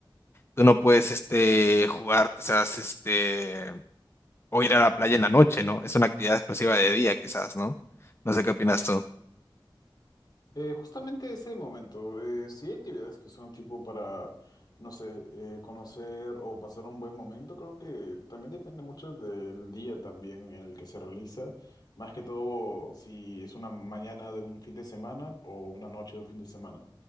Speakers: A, on the left; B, on the left.
A: tú no puedes este, jugar, quizás este, o ir a la playa en la noche, ¿no? Es una actividad exclusiva de día, quizás, ¿no? No sé qué opinas tú.
B: Eh, justamente ese momento, eh, sí hay actividades que son tipo para, no sé, eh, conocer o pasar un buen momento, creo que también depende mucho del día también en el que se realiza, más que todo si es una mañana de un fin de semana o una noche de un fin de semana.